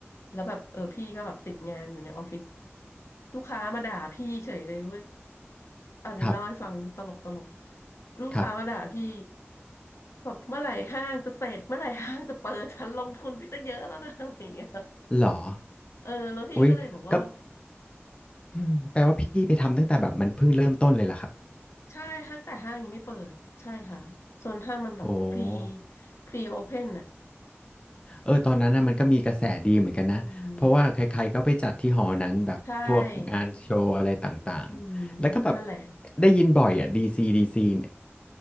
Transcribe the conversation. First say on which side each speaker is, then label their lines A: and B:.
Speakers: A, on the left; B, on the left.
A: แล้วแบบเออพี่ก็แบบติดงานอยู่ในออฟฟิศลูกค้ามาด่าพี่เฉยเลยเว้ยอันนี้เล่าให้ฟังตลกตลก
B: ครับ
A: ลูกค้ามาด่าพี่
B: ครับ
A: แบบเมื่อไหร่ห้างจะเสร็จเมื่อไหร่ห้างจะเปิดฉันลงทุนไปตั้งเยอะแล้วนะ <laughs> อะไรอย่างเงี้ย
B: เหรอ
A: เออแล้วพี่ก็เลยบอกว่า
B: อุ๊ยก็อืมแปลว่าพี่ไปทำตั้งแต่แบบมันเพิ่งเริ่มต้นเลยเหรอครับ
A: ใช่ห้างแต่ห้างยังไม่เปิดใช่ค่ะส่วนห้างมันแบบพรี
B: โอ้โฮ
A: พรีโอเพนอ่ะ
B: เออตอนนั้นนะมันก็มีกระแสดีเหมือนกันนะเพราะว่าใครๆก็ไปจัดที่หอนั้นแบบพวกงานโชว์อะไรต่างๆแล้วก็แบบ
A: อืมใช่อืมนั่นแหละ
B: ได้ยินบ่อยอ่ะดีซีดีซีเนี่ย